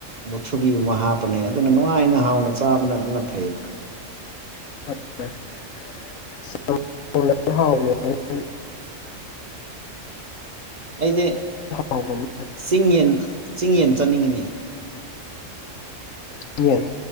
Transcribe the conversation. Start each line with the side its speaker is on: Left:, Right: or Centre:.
Right: ꯃꯨꯊꯨꯕꯤꯒꯨꯝꯕ ꯍꯥꯞꯄꯅꯤ ꯑꯗꯨꯅ ꯅꯨꯡꯉꯥꯏꯅ ꯍꯥꯎꯅ ꯆꯥꯕꯅ ꯑꯗꯨꯅ ꯐꯩꯌꯦꯕ
Left: <unintelligible> <unintelligible> ꯍꯥꯎꯕꯅꯦ <unintelligible>
Right: ꯑꯩꯗꯤ
Left: ꯍꯥꯎꯕꯅꯦ
Right: ꯆꯤꯡ ꯌꯦꯟ ꯆꯤꯡ ꯌꯦꯟ ꯆꯅꯤꯡꯉꯤꯅꯦ
Left: <unintelligible> ꯌꯦꯟ